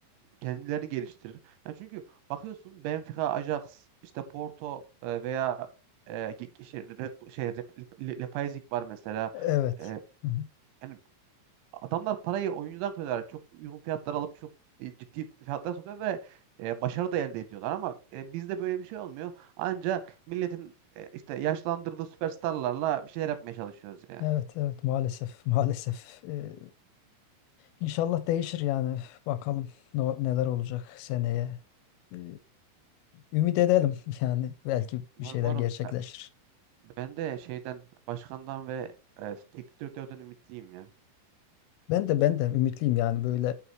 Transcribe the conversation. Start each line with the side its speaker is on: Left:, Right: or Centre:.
Right: kendilerini geliştirir. Yani çünkü Bakıyorsun Benfica, Ajax, işte Porto e, veya e, ge- ge- şey, Red- şey, Lep- Lep- Le- Leipzig var mesela.
Left: Evet.
Right: E,
Left: Hı hı.
Right: yani adamlar parayı oyuncudan kırıyorlar. Çok uygun fiyatlar alıp çok e, ciddi fiyatlar satıyor ve e, başarı da elde ediyorlar ama e, bizde böyle bir şey olmuyor. Anca milletin e, işte yaşlandırdığı süperstarlarla bir şeyler yapmaya çalışıyoruz yani.
Left: Evet evet maalesef <laughs> maalesef. Ee, inşallah değişir yani. Bakalım no- neler olacak seneye. Ee, ümit edelim <laughs> yani belki
Right: Umarım,
Left: bir şeyler
Right: umarım.
Left: gerçekleşir.
Right: Ben, ben de şeyden, başkandan ve e, teknik direktörden ümitliyim ya.
Left: Ben de ben de ümitliyim yani böyle